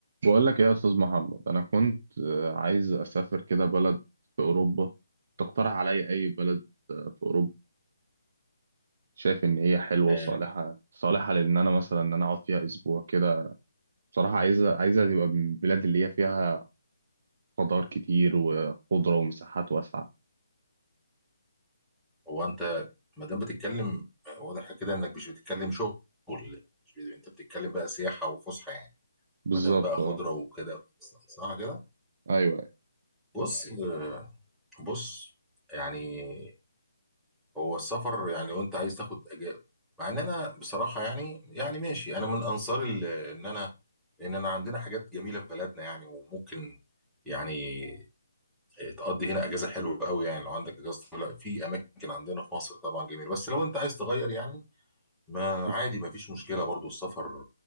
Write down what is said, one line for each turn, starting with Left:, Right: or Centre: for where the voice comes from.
Right: بقول لك إيه يا استاذ محمد انا كنت آه، عايز اسافر كده بلد في اوروبا تقترح عليا اي بلد آه، في اوروبا شايف ان هي حلوه
Centre: آه،
Right: وصالحه صالحه لان انا مثلا ان انا اقعد فيها اسبوع كده بصراحه عايزه عايزه تبقى من البلاد اللي هي فيها خضار كتير وخضره ومساحات واسعه
Centre: هو انت ما دام بتتكلم آه، واضح كده انك مش بتتكلم شغل مش بت- انت بتتكلم بقى سياحه وفسحه يعني
Right: بالظبط
Centre: ما دام بقى خضره
Right: اه
Centre: وكده صح كده
Right: ايوه
Centre: بص آه، بص يعني هو السفر يعني لو انت عايز تاخد أجازة مع ان انا بصراحه يعني يعني ماشي انا من انصار ال- ان انا لان انا عندنا حاجات جميله في بلدنا يعني وممكن يعني آه، تقضي هنا اجازه حلوه قوي يعني لو عندك اجازه طويله في اماكن عندنا في مصر طبعا جميله بس لو انت عايز تغير يعني ما
Right: ايوه
Centre: عادي ما فيش مشكلة برضو السفر